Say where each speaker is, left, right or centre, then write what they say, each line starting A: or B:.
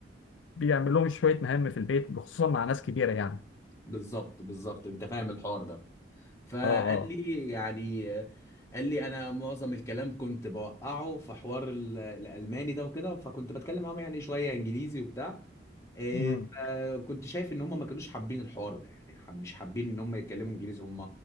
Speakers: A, on the left; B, on the left.
A: بيعمل لهم شويه مهام في البيت خصوصا مع ناس كبيره يعني
B: بالظبط بالظبط انت فاهم الحوار ده فقال
A: اه اه
B: لي يعني آه، قال لي انا معظم الكلام كنت بوقعه في حوار ال- الالماني ده وكده فكنت بتكلم معاهم يعني شويه انجليزي وبتاع إيه،
A: امم
B: فكنت شايف ان هم ما كانوش حابين الحوار ده يعني حب- مش حابين ان هم يتكلموا انجليزي هم